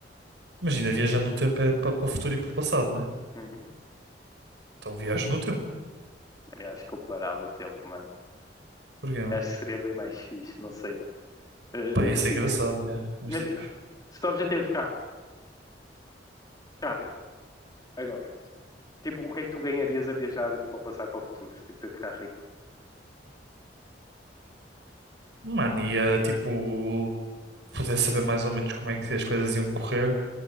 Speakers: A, on the right; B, on the left.
A: Imagina, viajar no tempo é para o futuro e para o passado, né?
B: Uhum.
A: Então viajo no tempo.
B: Mano, eu acho que eu parava o tempo, mano.
A: Porquê, mano?
B: Eu acho que seria bem mais fixe, não sei, mano. Ah,
A: Pá, ia ser
B: ah, assim,
A: engraçado,
B: tipo,
A: yeah. Mas
B: imagina,
A: tipo,
B: se o teu objetivo é ficar rico, agora, tipo, o que é que tu ganharias a viajar para passar para o futuro, se você ficar rico?
A: mano, ia tipo poder saber mais ou menos como é que as coisas iam correr.